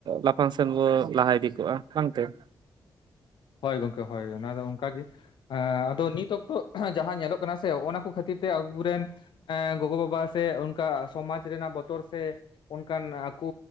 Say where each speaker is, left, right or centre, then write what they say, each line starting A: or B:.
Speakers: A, on the right (about 70°); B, on the left (about 85°).
A: ᱞᱟᱯᱷᱟᱝ ᱥᱮᱱ ᱵᱚ ᱞᱟᱦᱟ ᱤᱫᱤ ᱠᱚᱜ-ᱟ ᱵᱟᱝ ᱛᱮ ᱾
B: ᱦᱳᱭ ᱜᱚᱝᱠᱮ ᱦᱳᱭ ᱚᱱᱟ ᱫᱚ ᱚᱱᱠᱟ ᱜᱤ ᱾ ᱟ ᱟᱫᱚ ᱱᱤᱛ ᱚᱠᱛᱚ ᱡᱟᱦᱟᱸ ᱧᱮᱞᱚᱜ ᱠᱟᱱᱟ ᱥᱮ ᱚᱸᱜ-ᱚᱱᱟ ᱠᱚ ᱠᱷᱟᱹᱛᱤᱨ ᱛᱮ ᱟᱵᱩᱨᱮᱱ ᱮᱸ ᱜᱚᱜᱚ ᱵᱟᱵᱟ ᱥᱮ ᱚᱱᱠᱟ ᱥᱚᱢᱟᱡᱽ ᱨᱮᱱᱟᱜ ᱵᱚᱛᱚᱨ ᱥᱮ ᱚᱱᱠᱟᱱ ᱟᱠᱩ